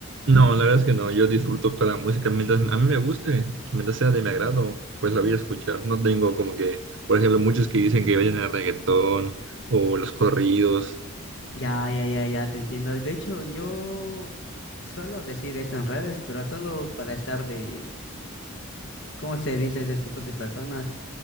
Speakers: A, on the right; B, on the left.
A: No, la verdad es que no, yo disfruto toda la música mientras a mí me guste, mientras sea de mi agrado, pues la voy a escuchar. No tengo como que, por ejemplo, muchos que dicen que oyen el reggaetón o los corridos
B: Ya, ya, ya, ya, te entiendo. De hecho, yo suelo decir eso en redes, pero solo para estar de, ¿cómo se dice a esos tipos de personas?